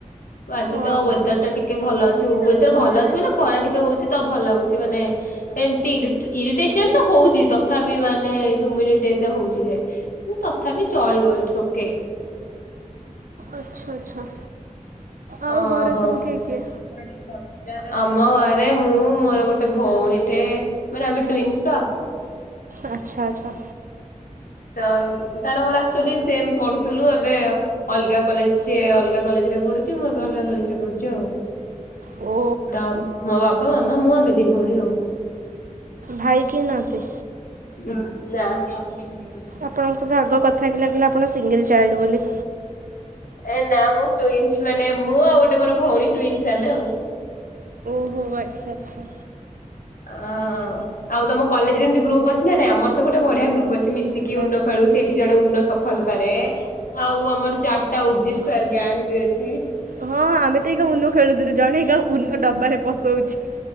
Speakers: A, on the left (about 90°); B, on the right (about 85°).
A: ଆଜି
B: ଓ
A: ତ
B: ଆମ
A: ୱେଦର ଟା ଟିକ କେ ଭଲ ଅଛି ୱେଦର ଭଲ ଅଛି ମାନେ ଖରା ଟିକେ ହଉଛି ତ ଭଲ ଲାଗୁଛି ମାନେ ଏମତି ଇରିଟ ଇରିଟେସନ ତ ହଉଛି ତଥାପି ମାନେ ହ୍ୟୁମିଡିଟି ଏତେ ହଉଛି ଯେ ତଥାପି ଚଳିବ ଇଟସ ଓକେ।
B: ଆଚ୍ଛା ଆଚ୍ଛା। ଆଉ
A: ଓ
B: ଘରେ
A: ହୋ
B: ସବୁ କିଏ କିଏ
A: <unintelligible> ଆମ ଘରେ ମୁଁ ମୋର ଗୋଟେ ଭଉଣୀ ଟେ ମାନେ ଆମେ ଟୁଇଁଷ ତ
B: ଆଚ୍ଛା ଆଚ୍ଛା।
A: ତ ତାର ମୋର ଆଚୁଆଲି ସେ ପଢୁଥିଲୁ ଏବେ ଅଲଗା କଲେଜ ସିଏ ଅଲଗା କଲେଜରେ ପଢୁ ଚି ମୁଁ ଏବେ ଅଲଗା କଲେଜରେ ପଢୁଛି ଆଉ।
B: ଓ।
A: ତମ ମୋ ବାପା ମାମା ମୁଁ ଆମେ ଦି ଭଉଣୀ ଆଉ।
B: ଭାଇ କେହି ନାହାନ୍ତି?
A: <unintelligible>
B: ଆପଣଙ୍କ ସହିତ ଆଗ କଥା ହେଇକି ଲାଗିଲା ଆପଣ ସିଙ୍ଗିଲ ଚାଇଲଡ ବୋଲି।
A: ଏ ନା ମୁଁ ଟୁଇନ୍ସ ମାନେ ମୁଁ ଆଉ ଗୋଟେ ମୋର ଭଉଣୀ ଟଇନ୍ସ ଆମେ ଆଉ।
B: ଓ ଆଚ୍ଛା ଆଚ୍ଛା।
A: ଅଁ ଆଉ ତମ କଲେଜରେ ଏମିତି ଗ୍ରୁପ ଅଛି ନା ନାଇଁ ଆମର ତ ଗୋଟେ ବଢିଆ ଗ୍ରୁପ୍ ଅଛି ମିଶିକି। କି
B: ହଁ
A: ଉନ୍ନ ଖଳୁ ସେ ବ୍ୟକ୍ତି ଜଣେ ଉନ୍ନ ସଫଲ କରେ ଆଉ ଆମର ଚାରିଟା ଓ ଜି ସ୍କୋୟାର ଗ୍ୟାଙ୍ଗ ବି ଅଛି।
B: ହଁ ଆମେ ତ ଏଇାଖା ଉନ ଖେଳୁଥିଲୁ ଜଣେ ଏକା ଉନ ଡବାରେ ପସଉଛି।